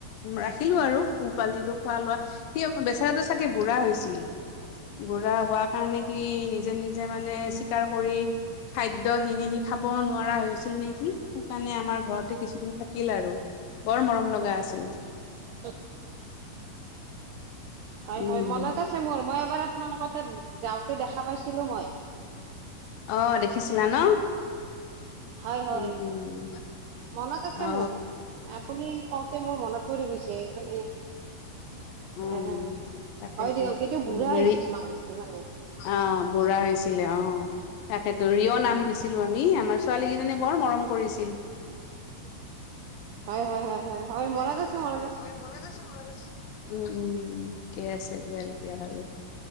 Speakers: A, on the left; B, on the right.
A: ৰাখিলো আৰু পোহপাল দিলোঁ খোৱা লোৱা স বেচেৰাটো চাগে বুঢ়া হৈছিল বুঢ়া হোৱা কাৰণে সি নিজে নিজে মানে চীকাৰ কৰি খাদ্যখিনি সি খাব নোৱাৰা হৈছিল নেকি সেইকাৰণে আমাৰ ঘৰতে কিছুদিন থাকিল আৰু বৰ মৰম লগা আছিল।
B: অ হয়
A: উম
B: হয় মনত আছে মোৰ। এবাৰ আপোনালোকৰ তাত যাওঁতে দেখা পাইছিলো মই
A: অ দেখিছিলা ন।
B: হয় হয়
A: উম উম
B: মনত আছে
A: অ
B: মোৰ আপুনি কওঁতে মোৰ মনত পৰি পৰি গৈছে মানে।
A: উ
B: অ
A: উ তাকেইতো
B: হয় দিয়ক এইটো বুঢ়া
A: উ হেৰি
B: হৈছে মাছ মানে
A: অ বুঢ়া হৈছিল অ তাকেতো ৰিঅ নাম দিছিলো আমি আমাৰ ছোৱালী কেইজনীয়ে বৰ মৰম কৰিছিল।
B: হয়, হয়, হয়।
A: হয়,
B: মনত
A: হয়,
B: আছে মনত আছে
A: হয়, মনত আছে, মনত আছে। উম উম ঠিকে আছে দিয়া তেতিয়াহলে।